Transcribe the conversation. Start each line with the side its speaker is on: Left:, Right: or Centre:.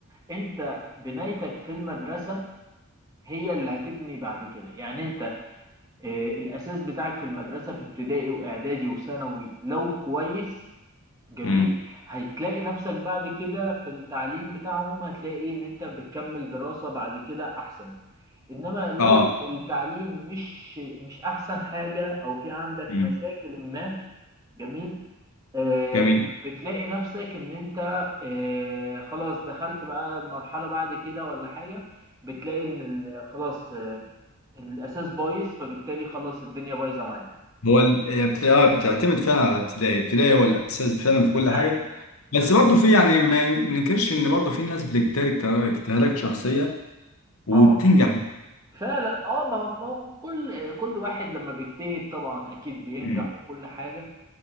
Right: انت بنايتك في المدرسه هي اللي هتبني بعد كده يعني انت آه، الاساس بتاعك في المدرسه في ابتدائي واعدادي وثانوي لو كويس جميل
Left: امم
Right: هتلاقي نفسك بعد كده في التعليم بتاعهم هتلاقي ان انت بتكمل دراسه بعد كده احسن انما لو
Left: اه
Right: التعليم مش مش احسن حاجه او في عندك
Left: امم
Right: مشاكل ما جميل آه،
Left: جميل
Right: بتلاقي نفسك ان انت آه، خلاص دخلت بقى مرحلة بعد كده ولا حاجة بتلاقي ان ال- خلاص آه، الاساس بايظ فبالتالي خلاص الدنيا بايظة معاك
Left: هو ال- هي بت- آه، بتعتمد فعلا على ابتدائي ابتدائي هو الاساس فعلا في كل
Right: فعلا
Left: حاجه بس برضه في يعني ما ما ننكرش ان برضه في ناس بتجتهد اجتهاد- اجتهادات شخصيه وبتنجح
Right: اه
Left: <clears throat>
Right: فعلا اه ما ما هو كل كل واحد لما بيجتهد طبعا اكيد بينجح
Left: أمم،
Right: وكل حاجة